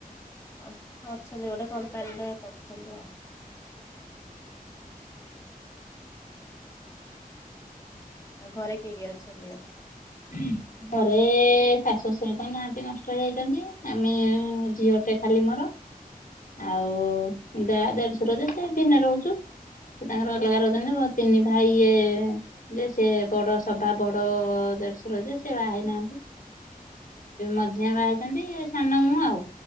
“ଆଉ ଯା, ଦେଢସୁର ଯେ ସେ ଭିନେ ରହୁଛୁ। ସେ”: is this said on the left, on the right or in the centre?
Left